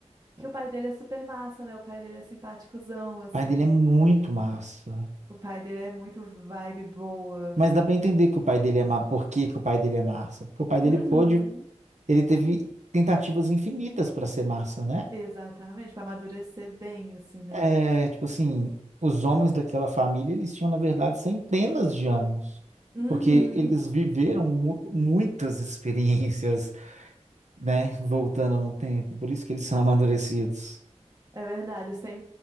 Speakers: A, on the right; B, on the right.
A: E o pai dele é super massa, né? O pai dele é simpaticozão, assim.
B: O pai dele é muito massa.
A: O pai dele é muito vibe boa.
B: Mas dá pra entender que o pai dele é massa. Por que que o pai dele é massa? Porque o pai dele
A: Uhum.
B: pôde. Ele teve tentativas infinitas pra ser massa, né?
A: Exatamente, pra amadurecer bem, assim, né?
B: É, tipo assim, os homens daquela família, eles tinham, na verdade, centenas de anos.
A: Uhum.
B: Porque eles viveram mu- muitas <laughs> experiências né? Voltando no tempo. Por isso que eles são <laughs> amadurecidos.
A: É verdade, eles têm,